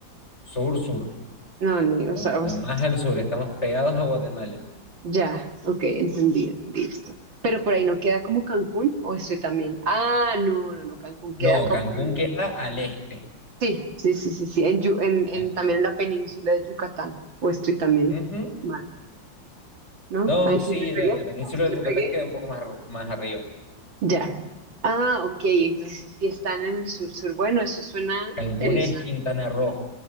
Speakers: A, on the left; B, on the right.
A: sur, sur.
B: No, ni, o
A: Lo,
B: sea, o
A: lo
B: sea,
A: más al sur. Estamos pegados a Guatemala.
B: Ya, ok, entendido, listo. Pero por ahí no queda como Cancún, o estoy también. Ah, no, no, no, Cancún queda
A: No,
B: como
A: Cancún
B: en.
A: queda al este.
B: Sí, sí, sí, sí, sí, en, Yu- en, en-
A: Al-
B: también en la península de Yucatán, o estoy también
A: Ujú.
B: mal, ¿no?
A: No,
B: Ahí
A: sí,
B: sí le pegué,
A: la, la
B: ahí
A: península
B: sí
A: de
B: le
A: Yucatán
B: pegué.
A: queda un poco más, ar- más arriba.
B: Ya. Ah, ok, entonces sí están en el sur, sur. Bueno, eso suena
A: Cancún
B: interesante.
A: es Quintana Roo,